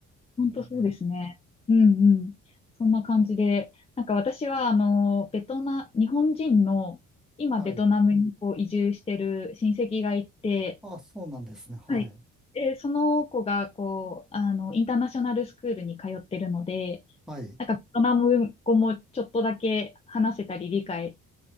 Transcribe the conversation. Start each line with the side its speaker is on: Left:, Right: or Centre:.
Left: 本当そうですね。
Centre: ええ。
Left: うんうん。そんな感じで、なんか私は、あの、ベトナ、日本人の、今ベトナムにこう移住してる親戚がいて、
Centre: はい。ああ、そうなんですね。はい。
Left: はい。で、その子が、こう、あの、インターナショナルスクールに通ってるので、
Centre: はい。
Left: なんかベトナム語もちょっとだけ話せたり理解